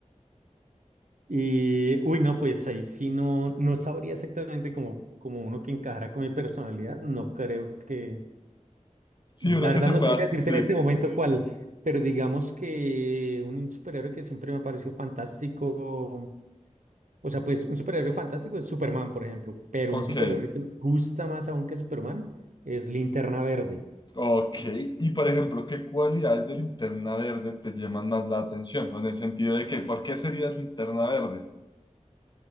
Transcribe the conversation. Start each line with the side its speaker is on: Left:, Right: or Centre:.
Right: Y, uy, no, pues ahí sí no, no sabría exactamente como, como uno que encajara con mi personalidad, no creo que,
Left: Sí,
Right: la
Left: uno
Right: verdad
Left: que te
Right: no
Left: pueda,
Right: sabría
Left: sí,
Right: decirte en este momento cuál, pero digamos que un un superhéroe que siempre me ha parecido fantástico, o sea, pues un superhéroe fantástico es Superman, por ejemplo, pero
Left: ok.
Right: un superhéroe que me gusta más aún que Superman es Linterna Verde.
Left: Ok, y por ejemplo, ¿qué cualidades de linterna verde te llaman más la atención? O en el sentido de que, ¿por qué sería linterna verde?